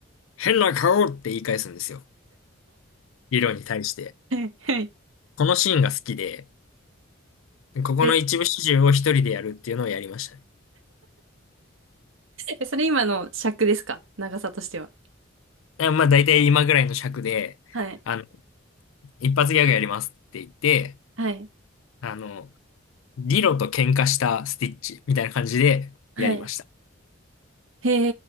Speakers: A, on the left (about 80°); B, on the right (about 80°).
A: 変な顔って言い返すんですよ。リロに対して。
B: はいはい
A: このシーンが好きで、ここの一部始終を一人でやるっていうのをやりましたね。
B: で、え、それ今の尺ですか長さとしては。
A: でまあ、大体今ぐらいの尺で、
B: はい。
A: あの、一発ギャグやりますって言って、
B: はい。
A: あの、リロと喧嘩したスティッチみたいな感じでやりました。
B: はい。へ